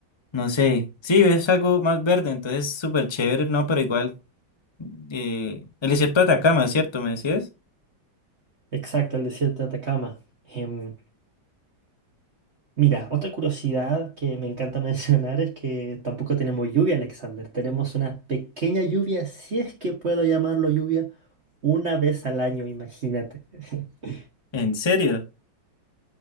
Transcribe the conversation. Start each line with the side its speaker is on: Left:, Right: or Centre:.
Left: no sé, sí, es algo más verde, entonces súper chévere, no, pero igual, eh, el desierto de Atacama, ¿cierto? ¿Me decías?
Right: Exacto, el desierto de Atacama. Em, mira, otra curiosidad que me encanta <laughs> mencionar es que tampoco tenemos lluvia, Alexander. Tenemos una pequeña lluvia, si es que puedo llamarlo lluvia, una vez al año, imagínate. <laughs>
Left: ¿En serio?